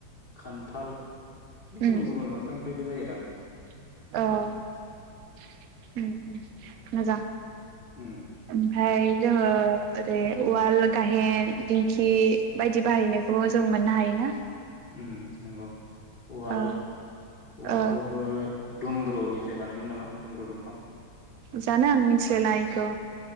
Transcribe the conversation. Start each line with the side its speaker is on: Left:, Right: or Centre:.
Left: खान्थाल बे
Right: उम
Left: गुबुन गुबुन दंफांनिफ्रायबो जायोदां
Right: अ ओम ओम मोजां
Left: उम
Right: ओमफ्राय जोङो ओरै उवाल गाहेन बायदि बाहायनायखौ जों मोननो हायो <unintelligible>
Left: ओम नंगौ उवाल
Right: ओ
Left: उवालखौबो
Right: ओ
Left: दुमब्रुनिफ्राय बानायोमोन नामा दुमब्रु दंफां
Right: जानो आं मिथिलाय लाङा एखौ